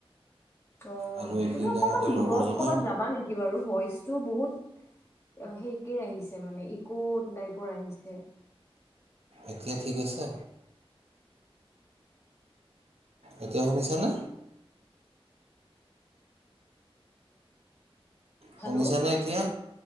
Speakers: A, on the left; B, on the right.
A: অ
B: আৰু এইখিনি
A: তুমি অকমান
B: টাইমতে লগৰজনেও
A: দূৰত কৰ'বাত যাবা নেকি বাৰু ভইচটো বহুত অ সেইকেই আহিছে মানে ইকো টাইপৰ আহিছে
B: এটিয়া ঠিক আছে এতিয়া শুনিছানে
A: হেল্ল'
B: শুনিছানে এতিয়া